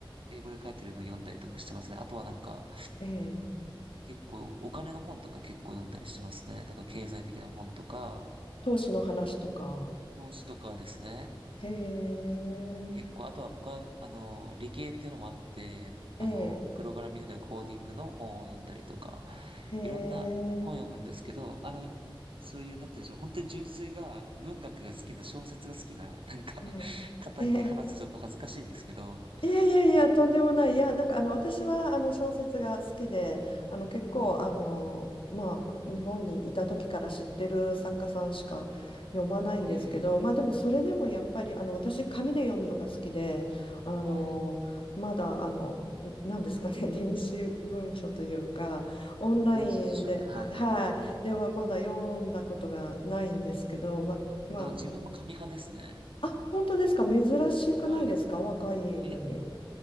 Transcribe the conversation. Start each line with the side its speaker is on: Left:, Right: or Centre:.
Right: 英語で書いてるのを読んだりとかしてますね。あとはなんか、
Left: ええ
Right: 結構、お金の本とか結構読んだりしてますね。なんか経済的な本とか、
Left: 投資の話とか。
Right: 投資とかですね。
Left: へえ、
Right: 結構、あとは僕は、あの、理系っていうのもあって、あの、
Left: ええ、
Right: プログラミングでコーディングの本を読んだりとか、
Left: へえ、
Right: いろんな本読むんですけど、あの、そういう、なんて言うんでしょう、本当に純粋が、文学が好きな、小説が好きな、なんか、
Left: ええ、
Right: 方に話すとちょっと恥ずかしいんですけど、
Left: ええ、いやいやいや、とんでもない。
Right: あ
Left: いや、なんかあの私はあの小説が好きで、あの結構あの、まあ、日本にいた時から知ってる作家さんしか読まないんですけど、
Right: へえ、
Left: まあ、でもそれでもやっぱりあの私、紙で読むのが好きで、あのまだあの、
Right: はい。
Left: なんですかね、<laughs> 電子文書というか、オンラインで、
Right: はい電子辞書、はいはい。
Left: あはい、ではまだ読んだことがないんですけど、ま、
Right: あ、
Left: ま
Right: でも自分も紙派ですね。
Left: あ、あ、本当ですか、珍しくないですか、
Right: はい。
Left: 若いのに。
Right: え、